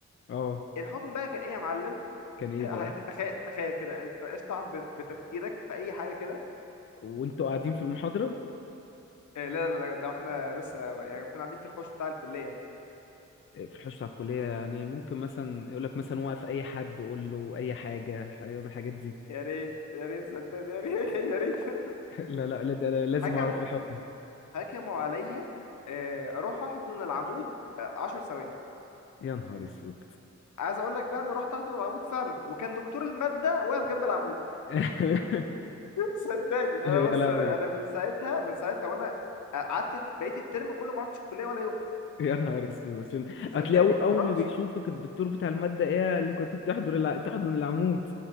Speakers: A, on the left; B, on the left.
A: اه
B: الحكم بقى كان ايه يا معلم
A: كان ايه
B: <laughs>
A: بقى
B: تخيل تخيل كده انت اشطح ب- بتفكيرك في اي حاجه كده
A: وانتوا قاعدين في المحاضره
B: آه، لا لا لا ده احنا لسه يعني كنا قاعدين في الحوش بتاع الكليه
A: في حوشة على الكلية يعني ممكن مثلا يقول لك مثلا وقف أي حد قول له أي حاجة حاجة من الحاجات دي
B: يا ريت يا ريت صدقني يا ريت يا ريت <laughs>
A: <laughs> لا لا لا ده أنا لازم
B: حكموا
A: أعرف الحكم
B: حكموا عليا آه، اروح احضن العمود آه، 10 ثواني
A: يا نهار أسود
B: عايز اقول لك بقى انا رحت احضن العمود فعلا وكان دكتور المادة واقف جنب العمود
A: <laughs>
B: <laughs> صدقني
A: يا
B: انا بص
A: لهوي
B: انا من ساعتها من ساعتها وانا آه، قعدت بقيت الترم كله ما رحتش الكليه ولا يوم
A: يا نهار أسود عشان
B: صدقني
A: هتلاقي أول
B: ما
A: أول
B: رحتش
A: ما بيشوفك الدكتور بتاع المادة إيه اللي كنت بتحضر الع... تحضن العمود